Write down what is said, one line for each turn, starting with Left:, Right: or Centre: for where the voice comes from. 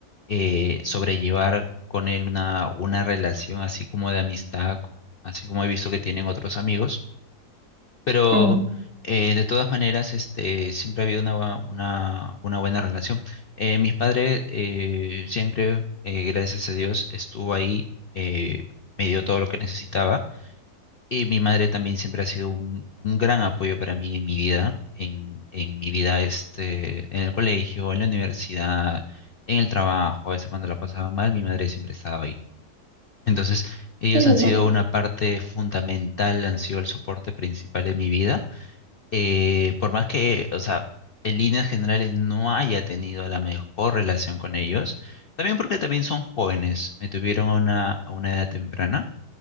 Left: eh, sobrellevar con él una, una relación así como de amistad, así como he visto que tienen otros amigos. Pero
Right: Mm,
Left: eh, de todas maneras, este, siempre ha habido una, bua- una, una buena relación. Eh, mis padres eh, siempre, eh, gracias a Dios, estuvo ahí, eh, me dio todo lo que necesitaba. Y mi madre también siempre ha sido un, un gran apoyo para mí en mi vida, en, en mi vida este, en el colegio, en la universidad, en el trabajo. A veces cuando la pasaba mal, mi madre siempre estaba ahí. Entonces, ellos
Right: qué lindo.
Left: han sido una parte fundamental, han sido el soporte principal de mi vida eh, por más que, o sea, en líneas generales no haya tenido la mejor relación con ellos, también porque también son jóvenes, me tuvieron a una, a una edad temprana.